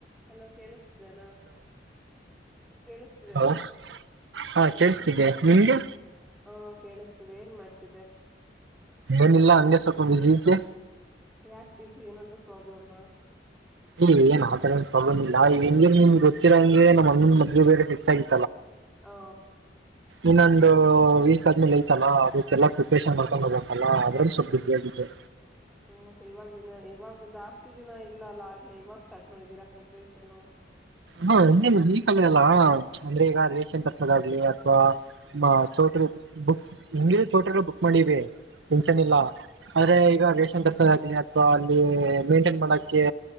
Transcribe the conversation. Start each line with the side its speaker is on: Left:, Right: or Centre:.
Centre: Hello ಕೇಳಿಸ್ತಿದನಾ. ಕೇಳಿಸ್ತಿದನಾ
Right: ಹ ಹಾ ಕೇೇಳಸ್ತಿದೆ. ನಿಮ್ಗೆ
Centre: ಹ್ಮ ಕೇಳಿಸ್ತಿದೆ ಏನ್ ಮಾಡ್ತಿದ್ದೆ.
Right: ಏನಿಲ್ಲ ಹಂಗೆ ಸ್ವಲ್ಪ ಬಿಜಿ ಇದ್ದೆ.
Centre: ಯಾಕ ಬ್ಯುಸಿ ಏನಾದ್ರು ಪ್ರಾಬ್ಲಮ್ಮಾ
Right: ಇಲ್ಲ ಏನ್ ಆ ತರ ಏನ್ ಪ್ರಾಬ್ಲಮ್ ಇಲ್ಲಾ ಈಗ ಹೆಂಗ ನಿಮ್ ಗೊತ್ತಿರೋ ಹಂಗೆ ನಮ್ಮ ಅಣ್ಣನ ಮದ್ವೆ ಬೇರೆ ಫಿಕ್ಸ್ ಆಗಿತ್ತ್
Centre: ಹ
Right: ಇನ್ನೊಂದ ವೀಕ್ ಆದ್ಮೇಲೆ ಐತಲ್ಲ ಅದಕ್ಕೆಲ್ಲಾ ಪ್ರಿಪೇಷನ್ ಮಾಡ್ಕೊಂಡು ಹೋಗಬೇಕಂತಲ್ಲ ಅದ್ರಲ್ಲಿ ಸ್ವಲ್ಪ ಬ್ಯುಸಿ ಆಗಿದ್ದೆ.
Centre: ಮ್ಮ ಮತ್ತೆ ಇವಾಗ್ಲಿಂದ ಇವಾಗ ಜಾಸ್ತಿ ದಿನ ಇಲ್ಲ ಅಲಾ ಆಗ್ಲೇ ಇವಾಗ ಸ್ಟಾರ್ಟ್ ಮಾಡಿದೀರಾ ಪ್ರಿಪ್ರೇಷನ್.
Right: ಹಾ ಇನ್ನೇನು ಈ ಕಲ್ಲಲ್ಲಾ ಅಂದ್ರೆ ಈಗ ರೇಷನ್ ತರ್ಸೋದ ಆಗ್ಲಿ ಅಥವಾ ಮಾ ಚೋಟ್ರ ಬುಕ್ ಹಂಗಿರು ಚೋಟರು ಬುಕ್ ಮಾಡಿವಿ. ಹುಂಚೆನಿಲ್ಲ.
Centre: ಹ್ಮ್
Right: ಆದ್ರೆ ಈಗ ವೇಷನ್ ದರ್ಸೋದ ಆಗ್ಲಿ ಅಥವಾ ಅಲ್ಲಿ ಮೇಂಟೈನ್ ಮಾಡಕ್ಕೆ